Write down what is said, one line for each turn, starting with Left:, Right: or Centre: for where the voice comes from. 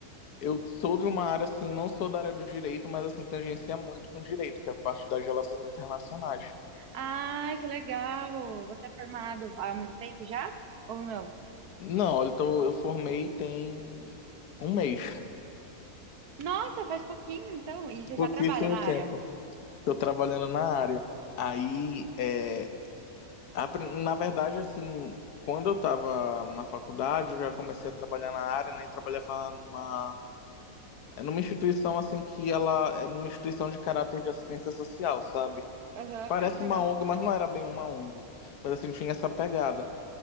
Left: eu sou de uma área, assim, não sou da área do direito, mas, assim, tangencia muito com direito, que é a parte das relações internacionais.
Right: Ai, que legal! Você é formado há muito tempo já? Ou não?
Left: Não, olha, então eu formei tem um mês,
Right: Nossa, faz pouquinho, então. E você
Left: pouquíssimo
Right: já trabalha na
Left: tempo.
Right: área?
Left: Estou trabalhando na área. Aí, é, apre- na verdade, assim, quando eu estava na faculdade, eu já comecei a trabalhar na área, né? E trabalhava numa É numa instituição assim que ela é numa instituição de caráter de assistência social, sabe?
Right: Aham.
Left: Parece
Right: Ai, que legal.
Left: uma ONG, mas não era bem uma ONG. Mas assim, tinha essa pegada.